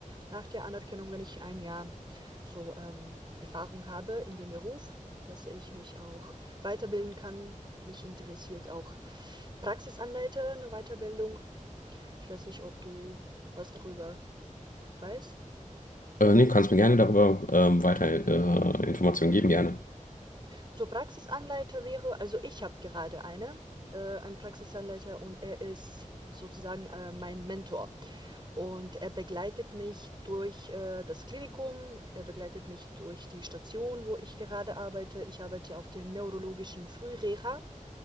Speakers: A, on the right; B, on the left.
A: nach der Anerkennung, wenn ich ein Jahr so ähm, Erfahrung habe in dem Beruf, dass ich mich auch weiterbilden kann. Mich interessiert auch Praxisanleiter, eine Weiterbildung. Ich weiß nicht, ob du was darüber weißt.
B: Äh, nee, kannst mir gerne darüber ähm, weiter äh, Informationen geben, gerne.
A: So, Praxisanleiter wäre also ich habe gerade eine, äh, einen Praxisanleiter und er ist sozusagen, äh, mein Mentor. Und er begleitet mich durch, äh, das Klinikum, er begleitet mich durch die Station, wo ich gerade arbeite. Ich arbeite auf der neurologischen Frühreha.